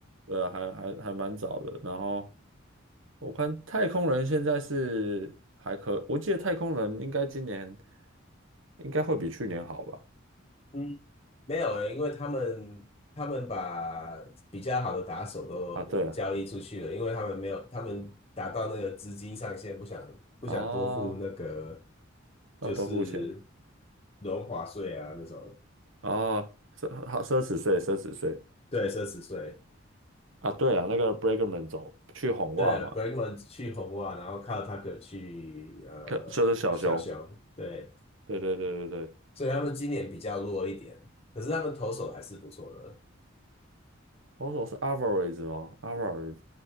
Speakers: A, on the right; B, on the left.
A: 对啊，还还还蛮早的。然后我看太空人现在是还可，我记得太空人应该今年应该会比去年好吧？
B: 嗯。没有诶，因为他们他们把比较好的打手都交易出去了，
A: 啊，对啊，
B: 因为他们没有，他们达到那个资金上限，不想不想多付那个
A: 啊，让都付钱
B: 就是荣华税啊那种，
A: 啊，奢好奢侈税，奢侈税
B: 对，奢侈税。
A: 啊，对啊，那个 Bregman 走去红袜嘛，
B: 对，Bregman 去红袜，然后靠 Tucker 去呃小熊，
A: 可就是小熊，
B: 对，
A: 对对对对对，
B: 所以他们今年比较弱一点，可是他们投手还是不错的。
A: 投手是 Alvarez 哦，Alvarez，